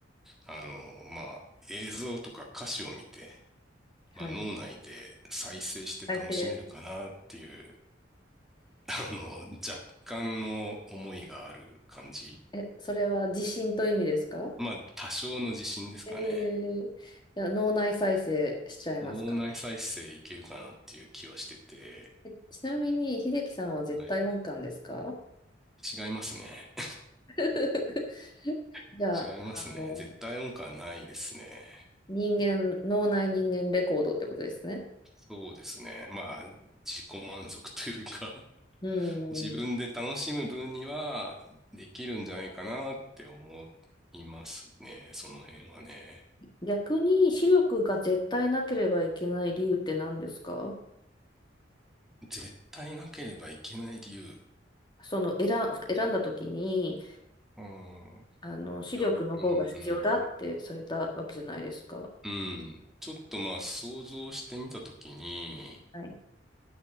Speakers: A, in the centre; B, on the left.
A: あの、まあ、映像とか歌詞を見て、まあ、
B: はい。
A: 脳内で再生して楽しめるかなっていう、
B: 再生。
A: あの、若干の思いがある感じ。
B: え、それは自信という意味ですか
A: まあ、多少の自信ですかね。
B: えー、じゃ脳内再生しちゃいますか。
A: 脳内再生いけるかなっていう気はしてて、
B: えちなみに、秀樹さんは絶対音感ですか
A: はい。違いますね。
B: <laughs>
A: <laughs>
B: じゃあ、
A: 違いますね。
B: あの、
A: 絶対音感ないですね。
B: 人間、脳内人間レコードってことですね。
A: そうですね。まあ、自己満足というか、
B: うん。
A: <laughs> 自分で楽しむ分にはできるんじゃないかなって思いますね。その辺はね。
B: 逆に視力が絶対なければいけない理由って何ですか
A: 絶対なければいけない理由。
B: その選、選んだ時に、
A: うん。
B: あの、視力の方が必要だってされたわけじゃないですか。
A: いや、うん。うん。ちょっとまあ想像してみたときに、
B: はい。